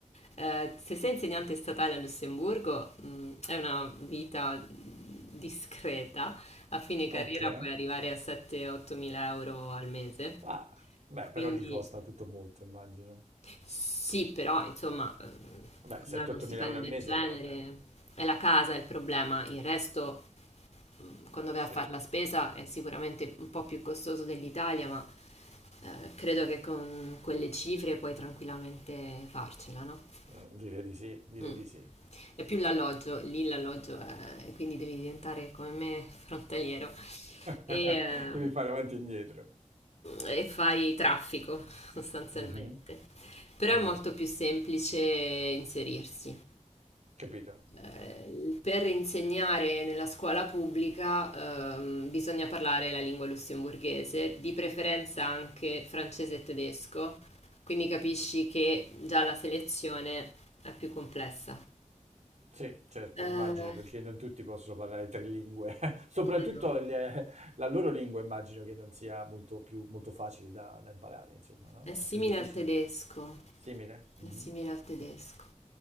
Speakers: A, on the left; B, on the right.
A: Ehm, se sei insegnante statale a Lussemburgo, mhmm, è una vita discreta. A fine carriera
B: ok.
A: puoi arrivare a 7, 8.000 € al mese.
B: Ah, beh, però
A: Quindi
B: lì costa tutto molto, immagino.
A: sì, però insomma, ehm,
B: Beh, 7-8
A: non è uno stipendio
B: mila euro al
A: del
B: mese
A: genere,
B: però, beh,
A: è la casa il problema, il resto quando vai
B: sì,
A: a fare la spesa è sicuramente un po' più costoso dell'Italia, ma eh, credo che con quelle cifre puoi tranquillamente farcela, no?
B: Eh, direi di sì, direi
A: Mm.
B: di sì.
A: È più l'alloggio, lì l'alloggio è, quindi devi diventare come me frontaliero
B: <laughs>
A: e, eh,
B: Devi fare avanti e indietro.
A: e fai traffico <laughs> sostanzialmente.
B: Mhm,
A: Però
B: mm,
A: è molto più semplice inserirsi.
B: Capito?
A: eh, per insegnare nella scuola pubblica ehm, bisogna parlare la lingua lussemburghese, di preferenza anche francese e tedesco, quindi capisci che già la selezione è più complessa.
B: Sì, certo,
A: Eh,
B: immagino, perché non tutti possono parlare tre lingue. <laughs> Soprattutto
A: no,
B: le- la loro lingua immagino che non sia molto più, molto facile da, da imparare, insomma, no?
A: È simile
B: È più difficile.
A: al tedesco,
B: Simile? Mhm.
A: è simile al tedesco.